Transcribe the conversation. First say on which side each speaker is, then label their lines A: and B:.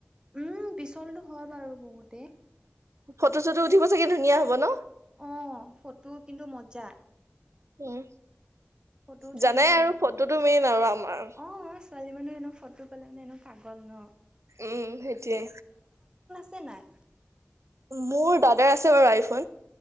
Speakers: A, on the right; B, on the right.
A: উম পিছলটো হয় বাৰু বহুতে।
B: ফটো চটো উঠিব চাগে ধুনীয়া হব ন।
A: অ ফটো কিন্তু মজা।
B: উম।
A: ফটো উঠা
B: জানাই
A: জেগা
B: আৰু
A: বহুত ধুনীয়া,
B: ফটোটো মেইন আৰু আমাৰ
A: অ ছোৱালী মানুহে এনও ফটো। ফটো ক'লে মানে এনেও পাগল ন।
B: উম সেইটয়ে।
A: চেন্নাই।
B: মোৰ দাদাৰ আছে বাৰু আইফ।